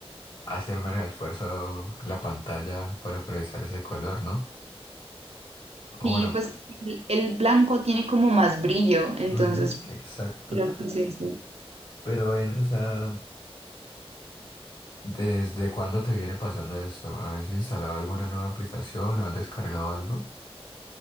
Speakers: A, on the left; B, on the right.
A: hacer menos esfuerzo la pantalla para procesar ese color, ¿no? O
B: Sí,
A: bueno,
B: pues el, el blanco tiene como más brillo, entonces
A: Ujú, exacto.
B: creo que es eso.
A: Pero él, o sea, ¿desde cuándo te viene pasando esto? ¿Has instalado alguna nueva aplicación o has descargado algo?